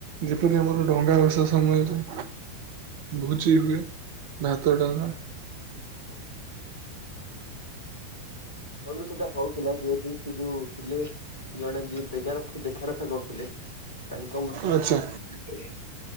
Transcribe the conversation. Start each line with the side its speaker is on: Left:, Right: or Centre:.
Right: ଯେପରି ଆମର ଡଙ୍ଗା ବଷା ସମୟରେ
Left: ଆଜ୍ଞା
Right: ଭୁଜି ହୁଏ ଭାତ ଡାଳମା।
Left: ଆଜ୍ଞା ବନ୍ଧୁ ସେଟା ହଉଥିଲା ଯେହେତୁ ସେ ଯୋଉ ଥିଲେ ଜଣେ ଯିଏ ଦେଗ ଦେଖାରଖା କରୁଥିଲେ। ତାଙ୍କ ମୁ ସେ
Right: ଆଚ୍ଛା।
Left: <unintelligible>